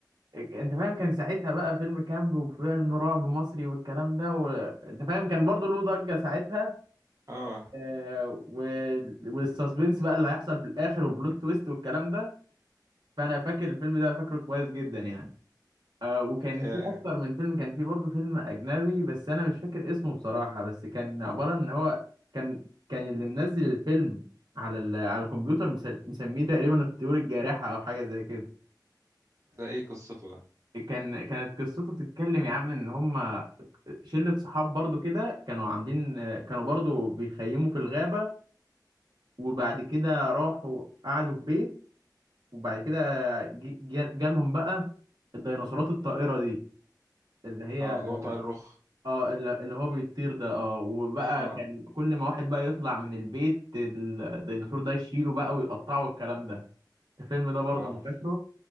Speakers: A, on the right (about 70°); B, on the right (about 45°).
A: انت فاهم كان ساعتها بقى فيلم كامب وفيلم رعب مصري والكلام ده وانت فاهم كان برضو له ضجه ساعتها
B: اه
A: آه و... والسسبنس بقى اللي هيحصل في الاخر والبلوت تويست والكلام ده فانا فاكر الفيلم ده فاكره كويس جدا يعني آه وكان
B: آه،
A: في اكتر من فيلم كان في برضه فيلم اجنبي بس انا مش فاكر اسمه بصراحه بس كان عباره ان هو كان كان اللي منزل الفيلم على ال... على الكمبيوتر مسل- مسميه تقريبا الطيور الجارحه او حاجه زي كده
B: ده ايه قصته ده
A: فكان كانت قصته بتتكلم يا عم ان هم شله صحاب برضه كده كانوا عاملين كانوا برضه بيخيموا في الغابه وبعد كده راحوا قعدوا في بيت وبعد كده ج- ج- جالهم بقى الديناصورات الطائره دي اللي هي
B: اه اللي هو طائر الرخ
A: اه اللي اللي هو بيطير ده اه وبقى
B: اه
A: كان كل ما واحد بقى يطلع من البيت الديناصور ده يشيله بقى ويقطعه والكلام ده الفيلم ده برضه
B: اه
A: انا فاكره